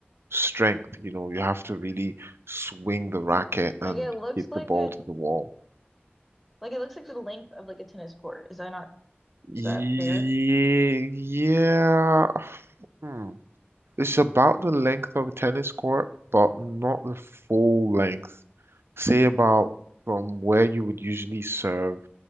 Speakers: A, on the right; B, in the centre.
A: strength, you know, you have to really swing the racket
B: Like
A: and
B: it looks
A: hit
B: like
A: the ball
B: a
A: to the wall.
B: like it looks like the length of like a tennis court. Is that not
A: Ye-
B: is that fair?
A: Yeah. Hmm. It's about the length of a tennis court, but not the full length. Say about from where you would usually serve